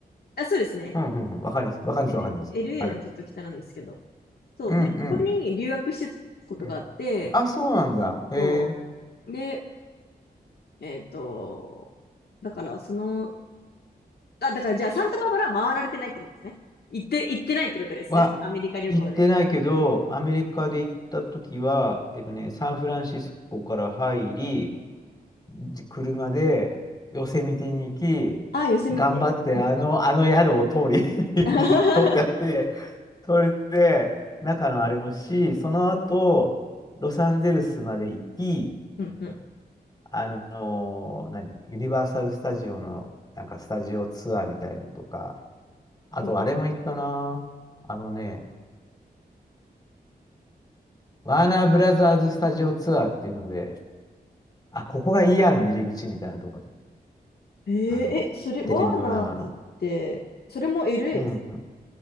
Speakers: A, on the left (about 70°); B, on the left (about 25°).
A: あ、そうですね。
B: うんうんうん。わかります。わかります。
A: そう L、
B: わかります。
A: エ a
B: はい。
A: のちょっと北なんですけど。そう。
B: うんうん。
A: で、そこに留学してたことがあって、
B: うんあ、そうなんだ。へえ
A: そう。で、えっと、だからその、あ、だからじゃあサンタバーバラは回られてないってことですね。行って、行ってないってことですね。
B: は行ってないけど、
A: アメリカ旅行で。
B: アメリカで行った時は、えっとね、サンフランシスコから入り、じ車でヨセミテに行き、
A: ああ、寄せ見て。
B: 頑張ってあの、
A: うん。
B: あの宿を通り
A: <laughs>
B: <laughs> 取ってあって、それで中のあれもし、その後、ロサンゼルスまで行き、
A: うんうん。
B: あの何、ユニバーサル・スタジオのなんかスタジオツアーみたいのとか、あとあれも行ったな。
A: へ
B: あのね、ワーナーブラザーズスタジオツアーっていうので、あ、ここが ER の入り口みたいなところとか
A: ええーえ、
B: あの、
A: それ、ワーナーズって、
B: テレビドラマの。
A: それも LA
B: うん。
A: ですか